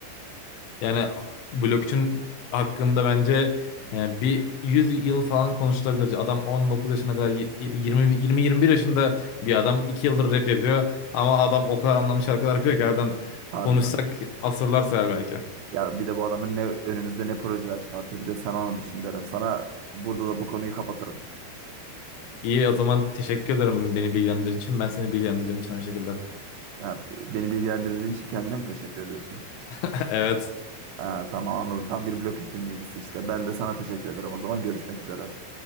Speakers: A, on the left (about 75°); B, on the right (about 80°).
A: Yani blockchain hakkında bence e, bir 100 yıl falan konuşulabilir. Adam 19 yaşına kadar y- y- 20 20-21 yaşında bir adam 2 yıldır rap yapıyor ama adam o kadar anlamlı şarkılar yapıyor ki harbiden
B: Harbiden.
A: konuşsak asırlar sürer belki.
B: Ya bir de bu adamın ne önümüzde ne projeler çıkartır bir de sen onu düşün derim. Sana burada da bu konuyu kapatırım.
A: İyi o zaman teşekkür ederim beni bilgilendirdiğin için. Ben seni bilgilendirdiğim için aynı şekilde.
B: Ya, beni bilgilendirdiğin için kendine mi teşekkür ediyorsun?
A: <laughs> Evet
B: Ha, tamam anladım. Tam bir blok iş dinleyicisi işte. Ben de sana teşekkür ederim. O zaman görüşmek üzere.